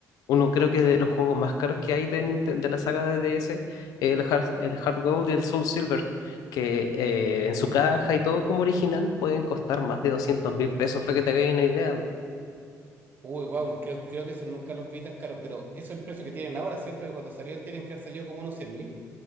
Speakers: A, on the left; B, on the right.
A: uno creo que de los juegos más caros que hay de, Ninten- de la saga de DS, el Heart, el Heart Gold y el Soul Silver, que eh, en su caja y todo como original pueden costar más de doscientos mil pesos, fue que te hagáis una idea.
B: Uy, wow, creo, creo que eso nunca los vi tan caros, pero eso es el precio que tienen ahora, ¿cierto? Que cuando salieron tienen que haber salido como unos cien mil.